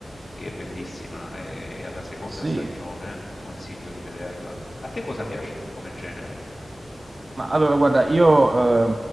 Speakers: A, on the left; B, on the right.
A: che è bellissima. È alla seconda
B: sì,
A: stagione, ti consiglio di vederla. A te cosa piace come genere?
B: Ma allora, guarda, io eh,